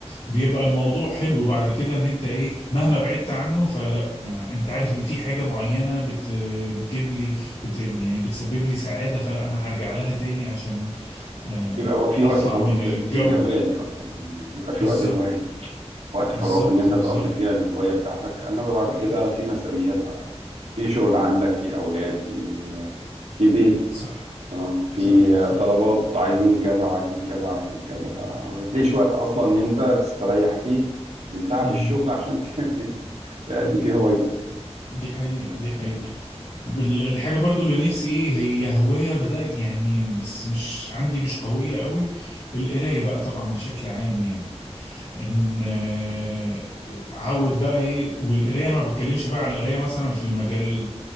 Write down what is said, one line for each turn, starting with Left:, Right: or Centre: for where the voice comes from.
Left: بيبقى الموضوع حلو بعد كده ان انت ايه مهما بعدت عنه فلا آه، انت عارف ان في حاجة معينة بت بتجيب لي بت يعني بتسبب لي سعادة فلا انا هرجع لها تاني عشان آه،
Right: بيبقى هو في
Left: اطلع
Right: وقت فراغ
Left: من الجو
Right: لل- للهواية دي أصلا يعني بيبقى في
Left: بالظبط
Right: وقت هواية وقت فراغ
Left: بالظبط
Right: إن أنت
Left: بالظبط
Right: تقضي فيها الهواية بتاعتك إنما بعد كده في مسؤوليات بقى في شغل عندك في أولاد في في بيت
Left: صح
Right: تمام في
Left: صح صح
Right: طلبات عايزين كذا وعايزين كذا وعايزين كذا فما بتلاقيش وقت أصلا إن أنت تستريح فيه من تعب
Left: امم
Right: الشغل عشان <laughs> ت- ت- تأدي فيه هوايتك
Left: دي حقيقة
Right: تمام.
Left: دي حقيقة والحاجة برضو اللي نفسي ايه هي هواية بدأ يعني بس مش عندي مش قوية قوي القراية بقى طبعا بشكل عام يعني ان آه، عود بقى ايه والقرايه انا ما بتكلمش بقى على القرايه مثلا في المجال